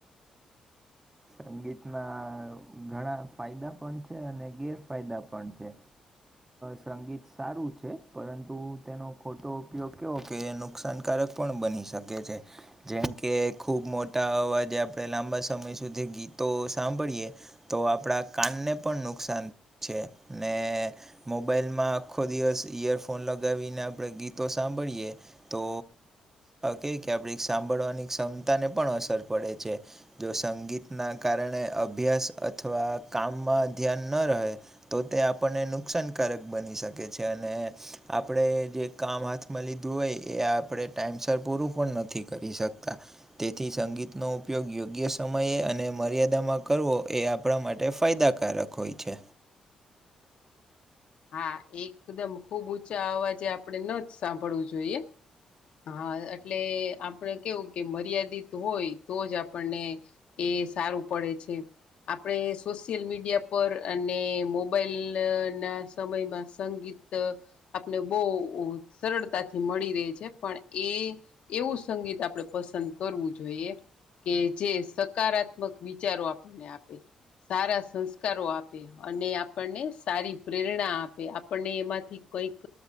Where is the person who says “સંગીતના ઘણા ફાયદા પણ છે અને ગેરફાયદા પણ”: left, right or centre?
Right